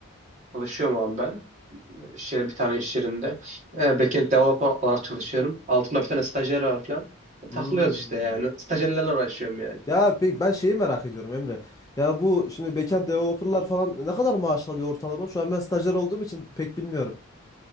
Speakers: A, on the right; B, on the left.
A: Çalışıyorum abi ben. iş yeri- bir tane iş yerinde. E, backend developer olarak çalışıyorum. Altımda bir tane stajyer var falan. E, takılıyoruz
B: Hmm.
A: işte yani. Stajyerlerle uğraşıyorum yani.
B: Ya pek ben şeyi merak ediyorum Emre. Ya bu şimdi backend developerlar falan ne kadar maaş alıyor ortalama? Şu an ben stajyer olduğum için pek bilmiyorum.